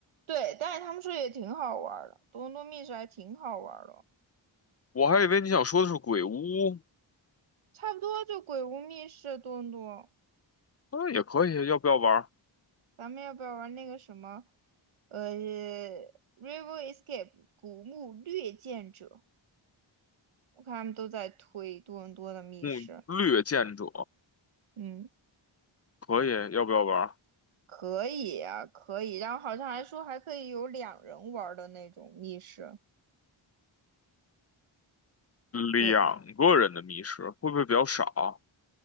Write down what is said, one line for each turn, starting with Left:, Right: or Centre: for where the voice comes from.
Right: 对，但是他们说也挺好玩儿的，多伦多密室还挺好玩儿的，
Left: 我还以为你想说的是鬼屋，
Right: 差不多就鬼屋密室多伦多。
Left: 那也可以。要不要玩儿
Right: 咱们要不要玩那个什么，呃，River Escape 古墓掠剑者？我看他们都在推多伦多的密室，
Left: 嗯略剑者？
Right: 嗯，
Left: 可以，要不要玩儿
Right: 可以啊，可以。然后好像还说还可以有两人玩儿的那种密室，
Left: 两个人的密室？
Right: 对，
Left: 会不会比较少？